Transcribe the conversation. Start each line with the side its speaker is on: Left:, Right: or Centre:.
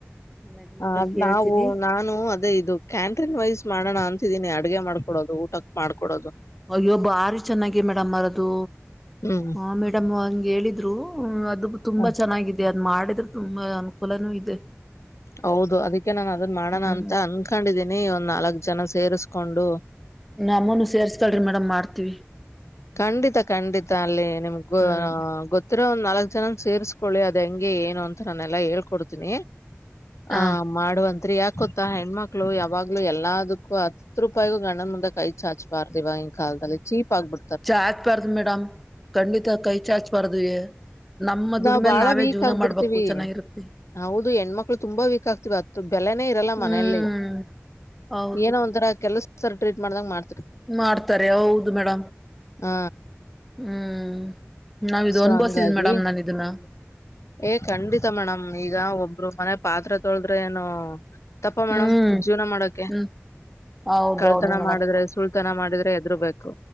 Centre: ನಮ್ಮ ಯಜಮಾನ್ರ
Left: ಹ ಅದ
Centre: ಕೇಳ್ತೀನಿ
Left: ನಾವು ನಾನು ಅದೇ ಇದು ಕ್ಯಾಂಟ್ರಿನ್ ವೈಸ್ ಮಾಡೋಣ ಅಂತ ಿದ್ದೀನಿ ಅಡ್ಗೆ ಮಾಡಕೊಡೋದು ಊಟಕ್ ಮಾಡಕೊಡೋದು
Centre: ಅಯ್ಯೊಬ್ಬ ಆಾರಿ ಚೆನ್ನಾಗಿ ಮೇಡಮ್ ಮರದು
Left: ಹ್ಮ್
Centre: ಹ ಮೇಡಮ್ ಹಂಗ ಹೇಳಿದ್ರು ಅದು ತುಂಬಾ
Left: ಹಾ.
Centre: ಚೆನ್ನಾಗಿದೆ ಅ ನ್ ಮಾಡಿದ್ರೆ ತುಂಬಾ ಅನುಕೂಲನೂ ಇದೆ
Left: ಹೌದು ಅದಕ್ಕೆ ನಾನು ಅದನ್ ಮಾಡೋಣ
Centre: ಹ್ಮ್
Left: ಅಂತ ಅನ್ಕೊಂಡಿದೀನಿ ಒಂದ್ ನಾಲ್ಕ್ ಜನ ಸೇರ್ಸ್ಕೊಂಡು
Centre: ನಮ್ಮೂನು ಸೇರ್ಸ್ಕಳಿ ಮೇಡಮ್ ಮಾಡ್ತೀವಿ
Left: ಖಂಡಿತ ಖಂಡಿತ ಅಲ್ಲಿ ನಿಮ್ಗ
Centre: ಹ್ಮ್
Left: ಗೊತ್ತಿರೋ ಒಂದ್ ನಾಲ್ಕ್ ಜನನ್ ಸೇರ್ಸ್ಕ ಕೊಳ್ಳಿ ಅದ ಹೆಂಗೆ ಏನು ಅಂತ ನಾನೆಲ್ಲಾ ಹೇಳ್ಕೊಡ್ತೀನಿ
Centre: ಹ
Left: ಆ ಮಾಡುವಂತ್ರಿ ಯಾಕ ಗೊತ್ತಾ ಹೆಣ್ಮಕ್ಳು ಯಾವಾಗ್ಲುೂ ಎಲ್ಲದಕ್ಕೂ ಹತ್ ರೂಪಾಯಿಗು ಗಣನ್ ಮುಂದೆ ಕೈ ಚಾಚ್ಬಾರ್ದಿವವ ಹಿ ಚೀಪ್ ಆಗ್ಬಟ್ಟು
Centre: ಚಾಚ್ ಪಾರ್ದು ಮೇಡಮ್ ಖಂಡಿತ ಕೈ ಚಾಚ್ಬಾರ್ದ ನಮ್ಮ ದುಡಿಮೇಲೆ
Left: ನಾವ್ ಬಾಳ
Centre: ನಾವೇ
Left: ವೀಕ್
Centre: ಜೀವನ
Left: ಆಗ್ಬಿಡ್ತೀವಿ
Centre: ಮಾಡ್ಬೇಕು ಚೆನ್ನಾಗಿರುತ್ತೆ
Left: ಹೌದು ಹೆಣ್ಮಕ್ಳು ತುಂಬಾ ವೀಕ್ ಆಗ್ತಿವಿ ಅತ್ತು ಬೆಲೆನೇ ಇರಲ್ಲ
Centre: ಹ್ಮ್
Left: ಮನೆಯಲ್ಲಿ
Centre: ಹೌದು
Left: ಏನೋ ಒಂಥರಾ ಕೆಲ್ಸರ ಟ್ರೀಟ್ ಮಾಡ್ದಂಗ ಮಾಡ್ತ
Centre: ಮಾಡ್ತಾರೆ ಹೌದು ಮೇಡ್
Left: ಹ
Centre: ಹ್ಮ್ ನಾವ ಇ
Left: ಸೊ
Centre: ಅನ್
Left: ಹಂಗಾಗಿ
Centre: ಬೋಸಿದ್ವಿ ಮೇಡಮ್ ನಾನ ಇದನ್ನ
Left: ಏ ಖಂಡಿತ ಮೇಡಮ್, ಈಗ ಒಬ್ಬರು ಮನೆ ಪಾತ್ರ ತೊಳದ್ರೆ ಏನು ತಪ್ಪ ಮೇಡಮ
Centre: ಹ್ಮ್
Left: ಜೀವನ ಮಾಡಕೆ
Centre: ಹ್ಮ್ ಹೌದೌದು
Left: ಕಳ್ತನ
Centre: ಮೇಡಮ್
Left: ಮಾಡಿದ್ರೆ ಸುಳ್ತನ ಮಾಡಿದ್ರೆ ಎದ್ ಬೇಕು